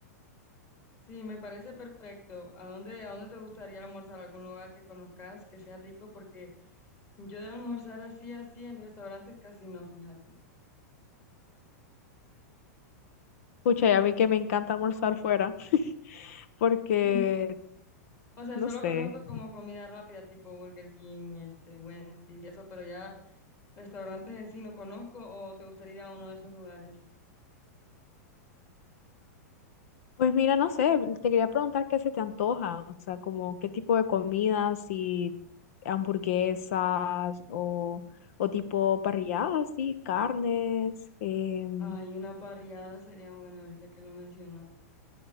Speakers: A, on the left; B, on the left.
A: Sí, me parece perfecto. ¿A dónde, a dónde te gustaría almorzar? ¿Algún lugar que conozcas que sea rico? Porque yo de almorzar así, así en restaurantes casi no, fíjate.
B: Pucha, y a mí que me encanta almorzar fuera, porque,
A: <laughs> O sea,
B: no
A: solo
B: sé.
A: conozco como comida rápida, tipo Burger King, este, Wendy's y eso, pero ya Restaurantes en sí no conozco o te gustaría ir a uno de esos lugares.
B: Pues mira, no sé, te quería preguntar qué se te antoja, o sea, como qué tipo de comidas, si hamburguesas o, o tipo parrilladas, sí, carnes. em,
A: Ay, una parrillada sería bueno ahorita que lo mencionas.